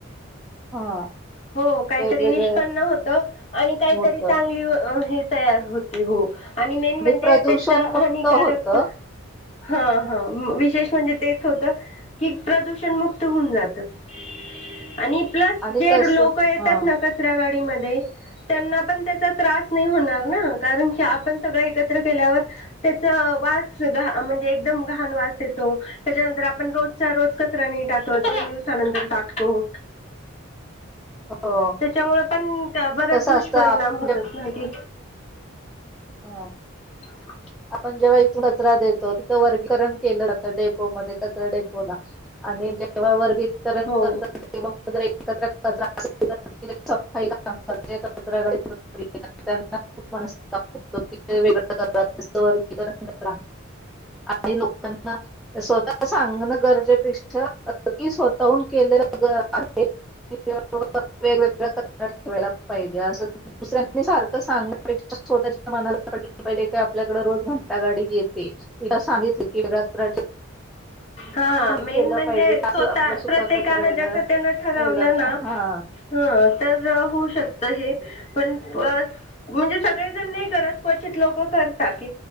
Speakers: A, in the centre; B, on the left.
A: हा.
B: हो काहीतरी
A: वेगवेगळे
B: निष्पन्न होत आणि काहीतरी
A: होत
B: चांगली व हे तयार होते हो. आणि मेन म्हणजे
A: प्रदूषण
B: त्याच
A: मुक्त
B: हानिकारक
A: होत
B: हा
A: ह
B: हा विशेष म्हणजे तेच होत की प्रदूषण मुक्त होऊन जातं. <inaudible> आणि प्लस
A: आणि कस
B: लोक येतात
A: ह
B: ना कचरा गाडी मध्ये त्यांना पण त्याचा त्रास नाही होणार ना कारण की आपण सगळे एकत्र केल्यावर त्याचा वास सगळा म्हणजे एकदम घाणवास येतो त्याच्यानंतर आपण रोजच्या रोज कचरा नाय टाकत दोन दिवसानंतर टाकतो.
A: हो
B: त्याच्यामुळे पण बऱ्याच
A: कसं
B: दुष्परिणाम
A: असतं आपण
B: होतात नाही की
A: हा.
B: <inaudible>
A: आपण जेव्हा इथं कचरा देतो तिथं वर्गीकरण केलं जातं डेपोमध्ये कचरा डेपोला आणि जेव्हा वर <unintelligible> <unintelligible>
B: हो
A: जे कचरा गाडीतुन फिरतात त्यांना खुप मनस्ताप होतो ते <unintelligible> <inaudible> <inaudible> <inaudible> काही लोकांना स्वतः सांगणं गरजेपेक्षा की स्वतःहून केलेलं आहे वेगवेगळ्या कचरा ठेवायला पाहिजे असंं दुसऱ्यांनी सारखं सांगण्यापेक्षा स्वतःच्या मनाला पटलं पाहिजे की आप आपल्याकडे रोज घंटा गाडी येते तिला सांगितली की वेगळा कचरा
B: हा
A: कोणी
B: मेन
A: केलं
B: म्हणजे
A: पाहिजे असं
B: स्वतः
A: आपला सुका
B: प्रत्येकानं
A: कचरा वेगळा
B: ज्याचं त्यानं ठरवलं
A: ओलं
B: ना
A: हा
B: हंं तर होऊ शकतं हे. पण अ म्हणजे, सगळेजण नाही करत, क्वचित लोकं करतात.